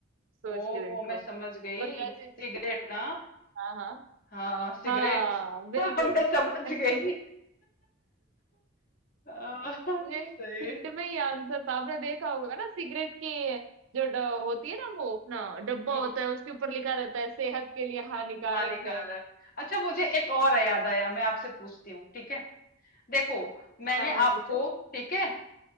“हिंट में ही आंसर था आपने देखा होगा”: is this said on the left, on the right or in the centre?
Right